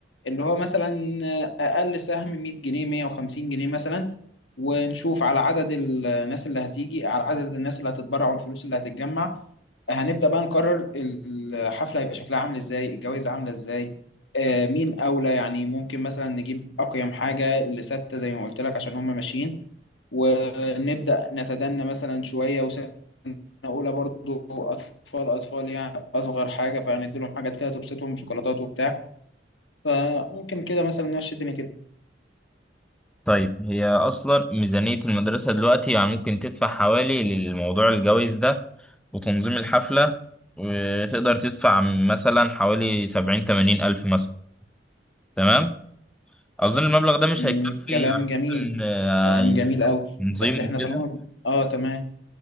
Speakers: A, on the left; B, in the centre.
A: اللي هو مثلا آه، اقل سهم 100 جنيه 150 جنيه مثلا ونشوف على عدد الناس اللي هتيجي على عدد الناس اللي هتتبرع والفلوس اللي هتتجمع هنبدأ بقى نقرر الحفلة هيبقى شكلها عامل ازاي الجوائز عاملة ازاي آه، مين أولى يعني ممكن مثلا نجيب أقيم حاجة لستة زي ما قلت لك عشان هم ماشيين ونبدأ نتدنى مثلا شوية وسنة أولى برضو أطفال أطفال يعني أصغر حاجة فهندي لهم حاجات كده تبسطهم شوكولاتات وبتاع فممكن كده مثلا نمشي الدنيا كده
B: طيب هي أصلا ميزانية المدرسة دلوقتي يعني ممكن تدفع حوالي للموضوع الجوائز ده وتنظيم الحفلة وتقدر تدفع مثلا حوالي سبعين تمانين ألف مثلا تمام اظن المبلغ ده مش
A: مم،
B: هيكفي
A: كلام
B: يعني
A: جميل
B: ممكن آه،
A: كلام جميل أوي
B: تنظيم
A: بس احنا
B: كده
A: طالما اه تمام